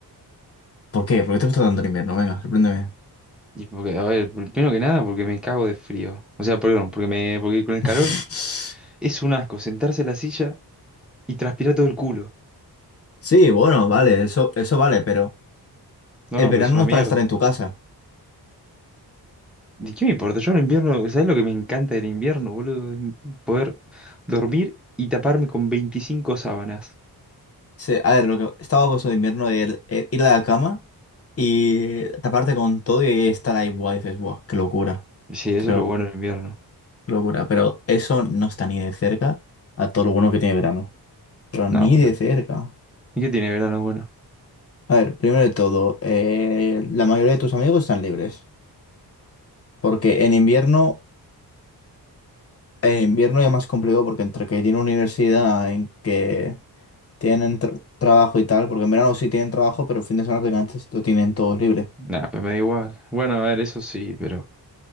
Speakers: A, on the left (about 35°); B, in the centre.
A: ¿Por qué? ¿Por qué te gusta tanto el invierno? Venga, sorpréndeme.
B: Y porque, a ver, primero que nada, porque me cago de frío. O sea, perdón, porque me, porque con el calor
A: <laughs>
B: es un asco sentarse en la silla y transpirar todo el culo.
A: Sí, bueno, vale, eso, eso vale, pero
B: No,
A: el
B: no,
A: verano
B: pero es una
A: no es
B: mierda.
A: para estar en tu casa.
B: ¿De qué me importa? Yo en el invierno, ¿sabes lo que me encanta del invierno, boludo? En Poder dormir y taparme con 25 sábanas.
A: Se- a ver, lo que estaba puesto de invierno es ir a la cama y taparte con todo y estar ahí, buah, dices, buah, qué locura,
B: Sí, eso
A: qué
B: es
A: lo-
B: lo bueno del invierno.
A: qué locura. Pero eso no está ni de cerca a todo lo bueno que tiene verano, pero ni
B: No, boludo.
A: de cerca.
B: ¿Y qué tiene verano bueno?
A: A ver, primero de todo, eh, la mayoría de tus amigos están libres, porque en invierno, en invierno ya más complicado porque entre que tienen universidad, en que tienen tra- trabajo y tal, porque en verano sí tienen trabajo, pero el fin de semana prácticamente lo tienen todos libre.
B: Nah, pues me da igual. Bueno, a ver, eso sí, pero